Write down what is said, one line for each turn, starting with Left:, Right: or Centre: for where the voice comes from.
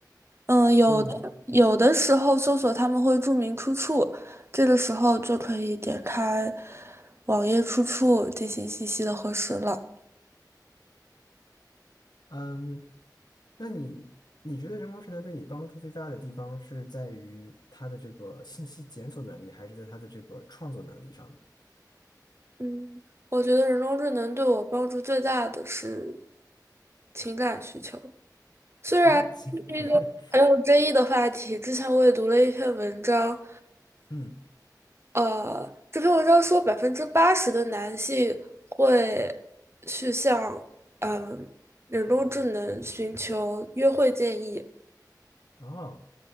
Right: 嗯，有的有的时候搜索他们会注明出处，
Left: 嗯。
Right: 这个时候就可以点开网页出处进行信息的核实了。
Left: 嗯，那你你觉得人工智能对你帮助最大的地方是在于它的这个信息检索能力，还是在它的这个创作能力上呢？
Right: 嗯，我觉得人工智能对我帮助最大的是情感需求，虽然这是一个很有争议的话题，
Left: 啊、请 <laughs>
Right: 之前我也读了一篇文章，
Left: 嗯，
Right: 呃，这篇文章说百分之八十的男性会去向嗯、呃人工智能寻求约会建议，
Left: 哦，